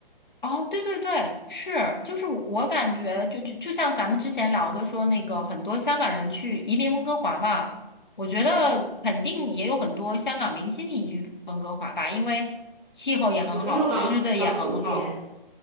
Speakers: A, on the left (about 55°); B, in the centre.
A: 哦，对对对，是，就是我感觉就就就像咱们之前聊的说，那个很多香港人去移民温哥华嘛，我觉得肯定也有很多香港明星移居温哥华吧，
B: 嗯，
A: 因为气候也很好，
B: 有那个王王祖贤，
A: 吃的也很好。